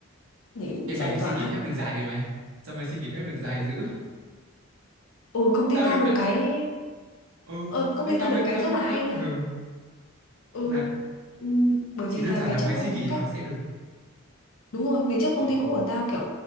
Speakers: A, on the left (about 70°); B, on the right (about 70°).
A: để
B: Ê mày
A: giải
B: xin
A: tỏa
B: nghỉ phép được dài về mày. Sao mày xin nghỉ phép được dài dữ?
A: ừ
B: <laughs>
A: công ty
B: Tao
A: tao
B: được
A: được
B: hả?
A: cái
B: Ừ,
A: ờ, công
B: thế
A: ty
B: tao
A: tao được cái
B: tao
A: rất
B: thấy
A: là hay
B: khá là bất
A: nha
B: ngờ
A: ừ
B: là
A: Ừ, bởi
B: chỉ
A: vì
B: đơn
A: là
B: giản
A: ngày
B: là mày
A: trước
B: xin
A: công
B: nghỉ
A: ty
B: và
A: các
B: sẽ được
A: Đúng rồi, ngày trước
B: ờ,
A: công ty cũ của tao kiểu